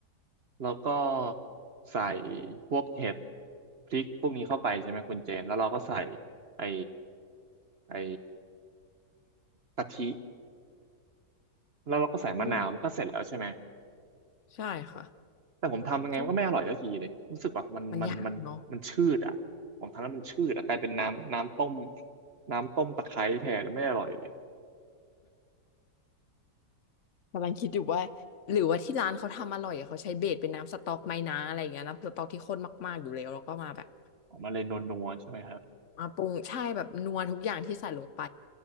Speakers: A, on the right; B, on the left.
A: แล้วก็ใส่พวกเห็ดพริกพวกนี้เข้าไปใช่ไหมคุณเจนแล้วเราก็ใส่ไอ้ไอ้กะทิ แล้วเราก็ใส่มะนาวมันก็เสร็จแล้วใช่ไหม
B: อืมใช่ค่ะ
A: แต่ผมทำยังไงมันก็ไม่อร่อยสักทีเลยรู้สึกว่ามันมันมันมันชืดอ่ะผมทำแล้วมันชืดอ่ะกลายเป็นน้ำน้ำต้ม
B: ก็มันยากเนาะ
A: น้ำต้มตะไคร้แทนแล้วไม่อร่อยเลย
B: กำลังคิดอยู่ว่าหรือว่าที่ร้านเขาทำอร่อยอะเขาใช้เบสเป็นน้ำสต๊อกไหมนะอะไรอย่างเงี้ยน้ำสต๊อกที่ข้นมากๆอยู่แล้วแล้วก็มาแบบ
A: ออกมาเลยนัวๆใช่ไหมครับ
B: มาปรุงใช่แบบนัวทุกอย่างที่ใส่ลงไป